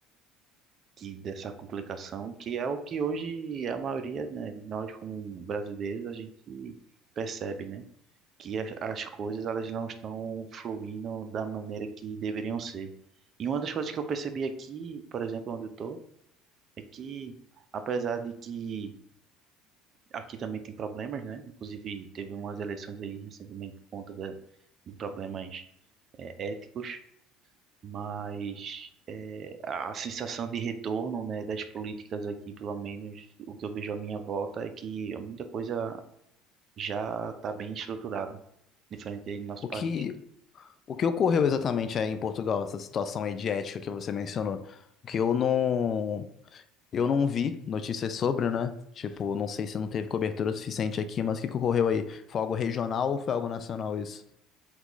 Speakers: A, on the right (about 45°); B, on the left (about 45°).
A: de dessa complicação, que é o que hoje a maioria, né? de Nós como brasileiros a gente percebe, né? Que as, as coisas elas não estão fluindo da maneira que deveriam ser. E uma das coisas que eu percebi aqui, por exemplo, onde eu tô, é que apesar de que Aqui também tem problemas, né? Inclusive, teve umas eleições aí recentemente por conta da- de problemas é, éticos, mas é, a a sensação de retorno, né, das políticas aqui, pelo menos o que eu vejo à minha volta, é que muita coisa já está bem estruturada, diferente aí do nosso
B: O
A: país.
B: que, o que ocorreu exatamente aí em Portugal, essa situação aí de ética que você mencionou? Que eu não, eu não vi notícias sobre, né? Tipo, não sei se não teve cobertura suficiente aqui, mas o que que ocorreu aí? Foi algo regional ou foi algo nacional isso?